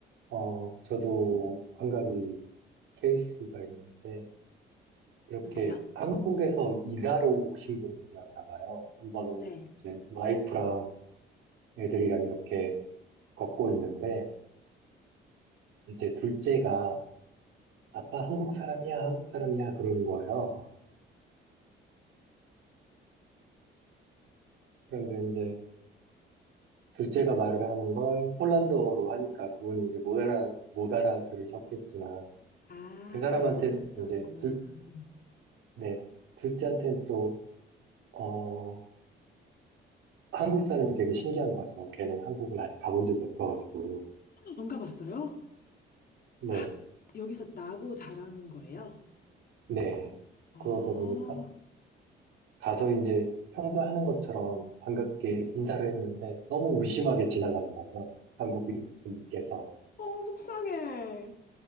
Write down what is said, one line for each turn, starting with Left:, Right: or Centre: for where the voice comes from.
Right: 어, 저도 한 가지 케이스가 있는데 이렇게
Left: 뭔데요?
Right: 한국에서 일하러 오신 분들이었나 봐요. 한 번은
Left: 네.
Right: 이제 와이프랑 애들이랑 이렇게 걷고 있는데 이제 둘째가 아빠 한국 사람이야, 한국 사람이야, 그러는 거예요. 그런데 이제 둘째가 말을 하는 걸 폴란드어로 하니까 그분이 이제 못 알아, 못 알아들으셨겠지만
Left: 아,
Right: 그 사람한테
Left: 애들이 현지하는구나.
Right: 이제 둘,
Left: 음.
Right: 네, 둘째한테는 또, 어, 한국 사람이 되게 신기한 거죠. 걔는 한국을 아직 가본 적이 없어가지고.
Left: 안 가봤어요?
Right: 네,
Left: 아, 여기서 나고 자란 거예요?
Right: 네.
Left: 아,
Right: 그러다 보니까 가서 이제 평소 하는 것처럼 반갑게 인사를 했는데 너무 무심하게 지나가는 거죠. 한국인분께서.
Left: 어, 속상해.